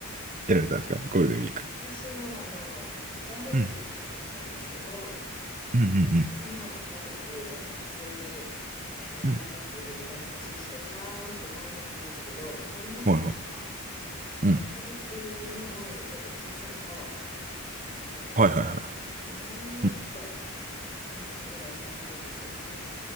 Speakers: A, on the right; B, on the left.
A: やられたんですかゴールデンウィーク。
B: 私は、あの、バーベキューに行ったんですけど、
A: うん、うん、うんうん、
B: で、まあ、バーベキューで、普通に、あの、
A: うん。
B: バーベキューでリラックスしてたって感じなんですけど、子供たちが、
A: はいはい。
B: そのバーベキューの前にちょっと小さい川が
A: うん、
B: あるんですけど、
A: はいはいは
B: もうずーっと、
A: い。うん、
B: あの、そこで遊んでるんですよね。